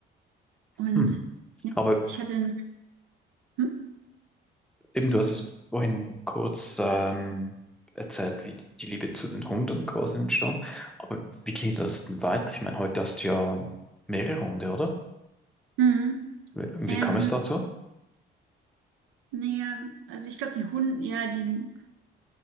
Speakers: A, on the right (about 85°); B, in the centre.
A: Und
B: Hm.
A: ja,
B: Aber
A: ich hatte dann, hm?
B: eben, du hast es vorhin kurz ähm, erzählt, wie die Liebe zu den Hunden quasi entstand. Aber wie ging das denn weiter? Ich meine, heute hast du ja mehrere Hunde, oder?
A: Mhm.
B: Wie,
A: Ähm,
B: wie kam es dazu?
A: naja, also ich glaube, die Hunde, ja, die,